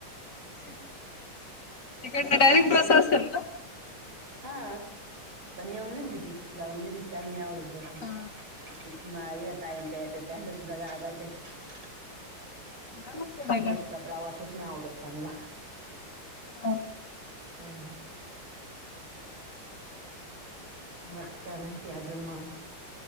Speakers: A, on the left; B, on the right.
A: <unintelligible> डायरेक्ट
B: माझ्या
A: बस असेल ना
B: हा पण येऊन नाही देती, जाऊ नाही देती आणि त्याला नाही आवडत बसनी.
A: हा
B: माई, ताई येते त्यांनासुद्धा <unintelligible>
A: या मग सोडायला
B: बसचा प्रवासच नाही आवडत त्यांना.
A: हो
B: हम्. मग काय म्हणती अजून मग.